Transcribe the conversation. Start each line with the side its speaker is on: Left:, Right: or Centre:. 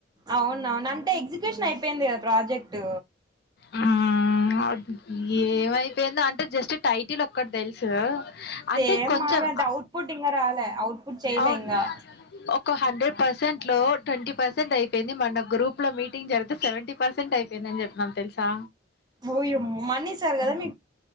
Right: అవును అంటే ఎగ్జిక్యూషన్ అయిపోయింది కదా ప్రాజెక్ట్
Left: హ్మ్. అద్ ఏమైపోయిందో అంటే జస్ట్ టైట్ టిల్ ఒక్కటి తెలుసు అంటే
Right: సేమ్
Left: కొంచెం
Right: మాగా అవుట్పుట్ ఇంకా రాలే అవుట్పుట్ చేయలే
Left: అవును
Right: ఇంకా
Left: ఒక హండ్రెడ్ పర్సెంట్ లో ట్వంటీ పర్సెంట్ అయిపోయింది మొన్న గ్రూప్ లో మీటింగ్ జరిగితే సెవెంటీ పర్సెంట్ అయిపోయిందని చెప్పన్నాం తెలుసా
Right: ఓయమ్మో మనీ ఇస్తారు కదా